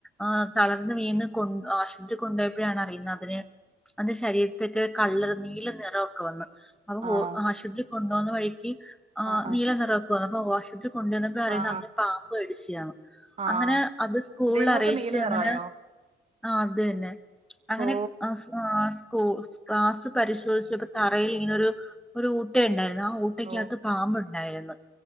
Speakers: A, in the centre; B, on the right (about 30°).
A: ആഹ് തളർന്ന് വീണ് കൊ ആശുപത്രിൽ കൊണ്ടയപ്പഴാണ് അറിയുന്നത് തിന് അത് ശരീരത്ത്ക് കള്ളറ നീല നിറൊക്കെ വന്നു അപ്പൊ
B: ആണോ
A: ആശുപത്ര കൊണ്ടോന്ന വഴിക്ക് അഹ്
B: ആ ആ
A: നീല നിറാംക്കുവന്ന് അപ്പൊ ആശു പത്രി കൊണ്ടുവന്നപ്പോ അറിയുന്നേ
B: ആ
A: അത്
B: ആ
A: പാമ്പ് കടിച്ചയാണ്
B: ആ
A: അങ്ങനെ അത് സ്കൂളിൽ
B: ദേഹമൊക്കെ
A: അറിയിച്ച്
B: നീല നിറായോ
A: അങ്ങനെ ആഹ് അതന്നെ അങ്ങനെ
B: ഓ
A: ആഹ് സ്കു ക്ലാസ് പരിശോധിച്ചപ്പോ തറയിൽ ഇങ്ങനൊരു ഒരു ഊട്ട ഉണ്ടായിരുന്നു ആ ഊട്ടക്കകത്ത്
B: ഓ
A: പാമ്പ് ഉണ്ടായിരുന്നു